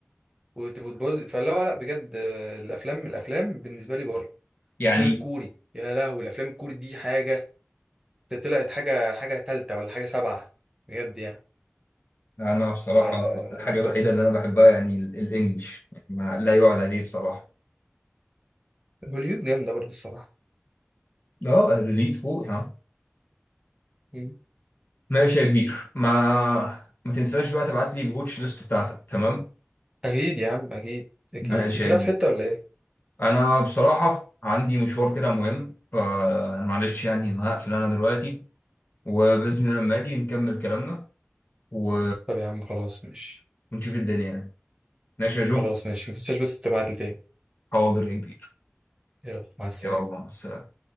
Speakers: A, on the right; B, on the left.
A: وت- وتبوظ فلا لا بجد آه، الافلام الافلام بالنسبه لي بره
B: يعني
A: الافلام الكوري يا لهوي الافلام الكوري دي حاجه ده طلعت حاجه حاجه تالتة ولا حاجه سبعه بجد يعني
B: انا بصراحه
A: فبس
B: الحاجه الوحيده اللي انا بحبها يعني ال- الانجليش يعني ما لا يعلى عليه بصراحه
A: هوليود جامده برضو الصراحه
B: اه ريليت فوق ها
A: مم.
B: ماشي يا كبير ما ما تنساش بقى تبعت لي الواتش ليست بتاعتك تمام
A: اكيد يا عم اكيد اكيد
B: ماشي
A: انت
B: يا
A: رايح
B: كبير
A: في حته ولا ايه
B: انا بصراحه عندي مشوار كده مهم فانا معلش يعني انا هقفل انا دلوقتي وباذن الله لما اجي نكمل كلامنا و...
A: طب يا عم خلاص ماشي
B: ونشوف الدنيا يعني ماشي يا جو
A: خلاص ماشي ما تنساش بس تبعت لي تاني
B: حاضر يا كبير
A: يلا مع السلامه
B: يلا مع السلامه